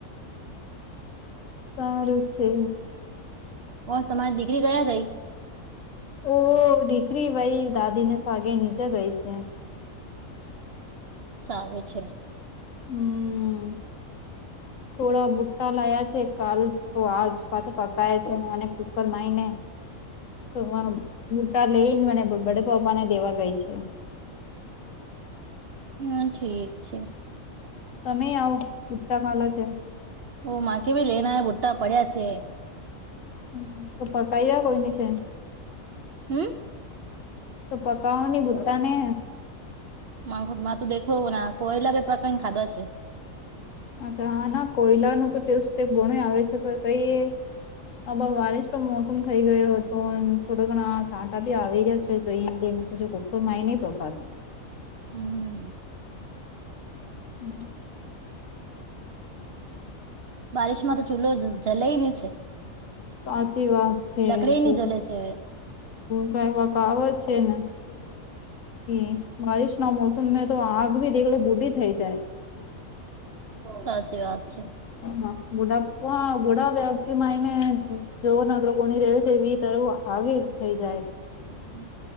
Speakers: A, on the left; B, on the right.
A: સારું છે.
B: ઓ તમારી દિગ્રી કયા ગઈ.
A: ઓહ દીકરી વાઈ દાદી ને સાગે નીચે ગઈ છે.
B: સારું છે.
A: હમ
B: <inaudible>
A: થોડા બુટ્ટા લાયા છે કાલ તો આજ પા પકાય છે અને કુકર માય ને
B: <inaudible>
A: તો ભુટૃઆ લઈને મને બડે પપ્પા ને દેવા ગઈ છે.
B: હા ઠીક છે.
A: તમે આવ ભુટ્ટા ખાલો છે.
B: ઓ મા ભી લેના બુટ્ટા પડ્યા છે.
A: હમ તો પકાઈ કોઈ ની છે.
B: હમ્મ.
A: તો પકઓો ની ભુટ્ટા ને
B: મા મા તો દેખો ના કોયલા ર ર એ પ્ર કા ન ખાદા છે.
A: અચ્છા હા ના કોયલા નુ તો ટેસ્ટ તે ગણું આવે છે પણ કઈ હે આ વારિશ નો મોસમ થઈ ગયો હતો અને થોડા ઘણા છાંટા બી આવી રહ્યા છે. તો એમ ડીમ સોછ કૂકર માં એ ને પકાડું
B: હમ
A: હમ.
B: બારિશમાં તો ચૂલો જલેય નહી છે.
A: સાચી વાત છે
B: લકડી
A: જો.
B: ની જલે છે
A: હવા આવે છે ને. હમ્મ બરિશ ના મોસમમાં તો આગ ભી દેલો બુઢ થઈ જાય.
B: સાચી વાત છે.
A: હા બુડાાપવા <unintelligible> ઘોડા વ્યક્તિ માં એને જોર ન કોની રહે્યો છે એ તર આગે થઈ જાય.
B: હમ્મ.